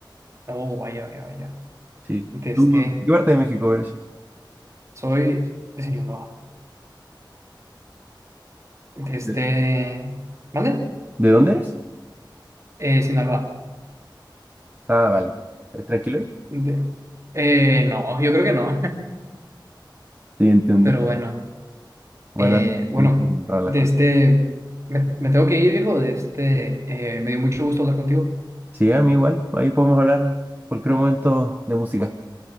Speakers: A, on the right; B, on the right.
A: Oh, vaya, vaya, vaya.
B: Sí.
A: De este,
B: ¿Tú de qué parte de México eres?
A: soy de Sinaloa. De este,
B: ¿De
A: ¿vale?
B: ¿De dónde eres?
A: Eh, Sinaloa.
B: Ah, vale. ¿Eres tranquilo ahí?
A: De- eh, no, yo creo que no.
B: Sí, entiendo.
A: <laughs> Pero bueno,
B: Bueno,
A: eh, bueno,
B: ahí te raras
A: de
B: las cosas.
A: este, me, me tengo que ir, viejo. De este, eh, me dio mucho gusto hablar contigo.
B: Sí, a mí igual. Ahí podemos hablar cualquier momento de música.